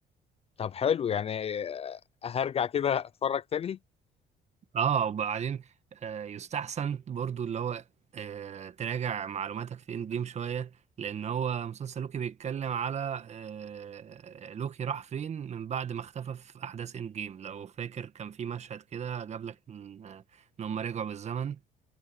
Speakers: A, on the left; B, on the right.
A: طب حلو يعني آه، هرجع كده اتفرج تاني
B: اه وبعدين آه، يستحسن برضو اللي هو آه، تراجع معلوماتك في اند جيم شوية لأن هو مسلسل لوكي بيتكلم على آه، لوكي راح فين من بعد ما اختفى في أحداث اند جيم لو فاكر كان في مشهد كده جاب لك إن آه، إن هم رجعوا بالزمن